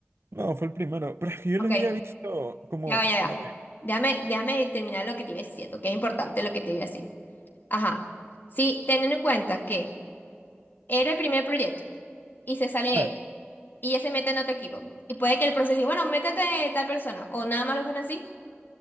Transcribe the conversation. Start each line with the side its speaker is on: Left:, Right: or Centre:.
Right: No, fue el primero. <laughs> Pero es que yo
Left: Ok.
Right: lo había visto como...
Left: Ya va, ya
Right: Bueno,
Left: va.
Right: y-
Left: Déjame, déjame terminar lo que te iba diciendo, que es importante lo que te iba a decir. Ajá. Sí, teniendo en cuenta que era el primer proyecto y se sale
Right: ah,
Left: ella y ella se mete en otro equipo y puede que el proceso diga, bueno, métete tal persona o nada más lo dejan así,